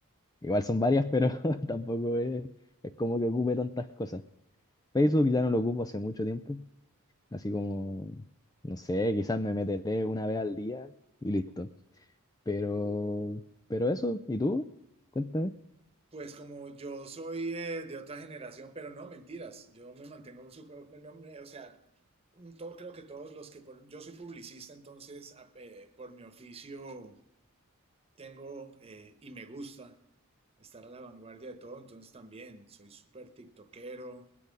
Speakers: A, on the left (about 15°); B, on the right (about 25°).
A: igual son varias, pero <laughs> tampoco es, es como que ocupe tantas cosas. Facebook ya no lo ocupo hace mucho tiempo, así como, no sé, quizás me meteré una vez al día y listo. Pero, pero eso, ¿y tú? Cuéntame.
B: Pues como yo soy eh, de otra generación, pero no, mentiras, yo me mantengo súper, no, me- o sea, un- todo, creo que todos los que, por- yo soy publicista, entonces a- eh, por mi oficio tengo eh, y me gusta estar a la vanguardia de todo, entonces también soy súper tiktokero,